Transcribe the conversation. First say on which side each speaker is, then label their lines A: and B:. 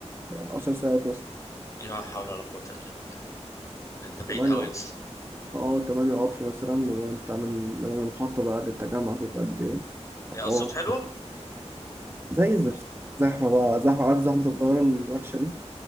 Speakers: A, on the right; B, on the left.
A: آه 10 ساعات مثلا
B: يا حول ولا قوه الا بالله ده انت بعيد
A: 8
B: قوي يا اسطى
A: اه 8 قطر مثلا وانت من من المحطة بقى للتجمع شوف قد ايه
B: هي
A: حوار.
B: اسيوط حلوه
A: زي الزفت زحمة بقى زحمة عارف زحمة القاهرة الوحشة دي